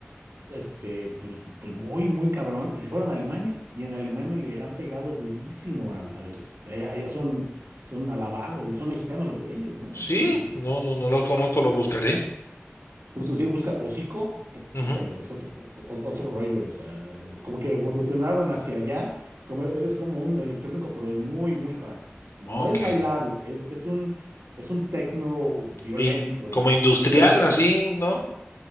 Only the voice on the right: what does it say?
este, pues, pues muy, muy cabrón. Y se fueron a Alemania. Y en Alemania le han pegado durísimo al, al- allá, allá son, son alabados, y son mexicanos los güeyes, ¿no?
O sea, dices,
Justo sí, busca hocico, pu-
híjole, es otro, o- otro rollo, o sea, como que evolucionaron hacia allá, como e, es como un electrónico, pero es muy, muy hard. No
es bailable, es, es un, es un techno violento,
con muchos BPM,